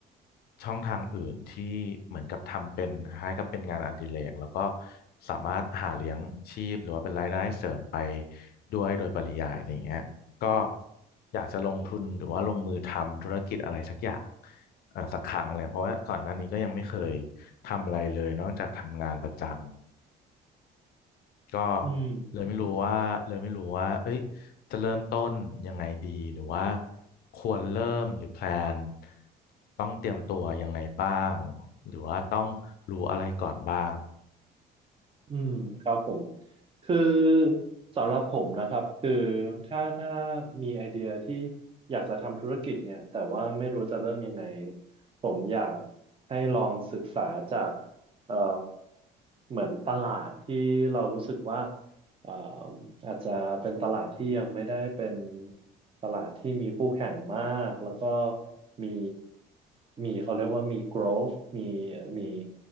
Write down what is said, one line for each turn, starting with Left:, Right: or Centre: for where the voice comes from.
Left: ช่องทางอื่นที่เหมือนกับทำเป็นคล้ายๆกับเป็นงานอดิเรกแล้วก็สามารถหาเลี้ยงชีพหรือว่าเป็นรายได้เสริมไปด้วยโดยปริยายอะไรอย่างเงี้ยก็อยากจะลงทุนหรือว่าลงมือทำธุรกิจอะไรสักอย่าง อ่าสักครั้งเลยเพราะว่าก่อนหน้านี้ก็ยังไม่เคยทำอะไรเลยนอกจากทำงานประจำก็
Right: อืม
Left: เลยไม่รู้ว่าเลยไม่รู้ว่าเอ้ยจะเริ่มต้นยังไงดีหรือว่าควรเริ่มหรือแพลนต้องเตรียมตัวยังไงบ้างหรือว่าต้องรู้อะไรก่อนบ้าง
Right: อืมครับผมคือสำหรับผมนะครับคือถ้าถ้ามีไอเดียที่อยากจะทำธุรกิจเนี่ยแต่ว่าไม่รู้จะเริ่มยังไงผมอยากให้ลองศึกษาจากเอ่อเหมือนตลาดที่เรารู้สึกว่า อ่าอาจจะเป็นตลาดที่ยังไม่ได้เป็นตลาดที่มีคู่แข่งมากแล้วก็มีมีเขาเรียกว่ามี growth มีมี